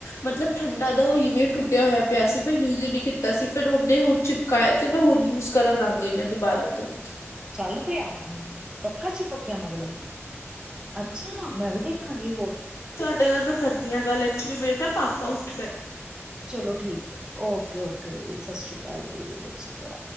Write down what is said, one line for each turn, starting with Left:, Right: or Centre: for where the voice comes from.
Left: ਮਤਲਬ ਠੰਡਾ ਦਾ ਉਹ ਈਮੇਜ ਟੁੱਟਿਆ ਹੋਇਆ ਪਿਆ ਸੀ। ਮੈਂ ਯੂਜ ਹੀ ਨਹੀਂ ਕੀਤਾ ਸੀ। ਫਿਰ ਉਹਨੇ ਹੁਣ ਚ ਕਾਇ ਤੇ ਮੈਂ ਹੁਣ ਯੂਜ ਕਰਨ ਲੱਗ ਗਈ ਆ ਦੁਬਾਰਾ ਤੋਂ।
Right: ਚੱਲ ਪਿਆ ਹੁਣ ਪੱਕਾ ਚਪਕਿ ਗਿਆ ਮਤਲਬ। ਅੱਛਾ ਮੈਂ ਵੀ ਦੇਖਾਂਗੀ ਹੋਰ
Left: ਤੁਹਾਡੇ ਨਾਲ ਮੈਂ ਕਰਦੀ ਹਾਂ ਗੱਲ। ਐਕਚੁਲੀ ਮੇਰੇ ਨਾ ਪਾਪਾ
Right: ਚਲੋ ਠੀਕ ਐ। ਓਕੇ ਓਕੇ ਜੀ ਸਸਰੀਕਾਲ ਜੀ ਸਸਰੀਕਾਲ।